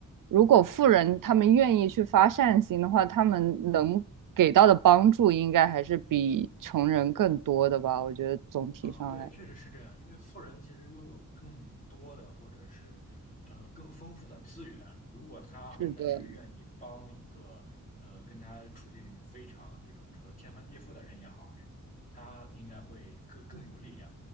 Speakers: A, on the right; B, on the left.
A: 如果富人他们愿意去发善心的话，他们能给到的帮助应该还是比穷人更多的吧。我觉得总体上来，
B: 啊，对，确实是这样。因为富人其实拥有更多的，或者是呃更丰富的资源。如果他真的是愿意帮一个呃跟他处境非常这种说天翻地覆的人也好，
A: 是的，
B: 这种他应该会更更有力量。